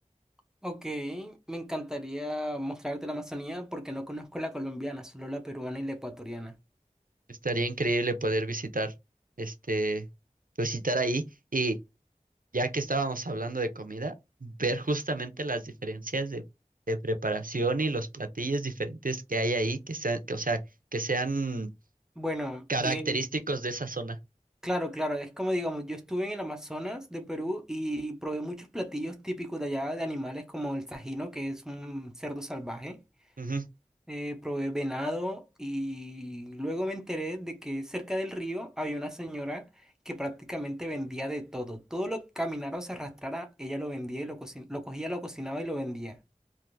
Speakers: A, in the centre; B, on the right (about 85°).
A: Ok, me encantaría mostrarte la Amazonía porque no conozco la colombiana, solo la peruana y la ecuatoriana.
B: Estaría increíble poder visitar, este, pues, visitar ahí y ya que estábamos hablando de comida, ver justamente las diferencias de, de preparación y los platillos diferentes que hay ahí, que sean, que, o sea, que sean
A: Bueno,
B: característicos
A: eh,
B: de esa zona.
A: claro, claro, es como digamos, yo estuve en el Amazonas de Perú y probé muchos platillos típicos de allá de animales como el sajino, que es un cerdo salvaje.
B: Ujú.
A: eh, probé venado y luego me enteré de que cerca del río había una señora que prácticamente vendía de todo. Todo lo que caminara o se arrastrara, ella lo vendía y lo, cocin- lo cogía, lo cocinaba y lo vendía.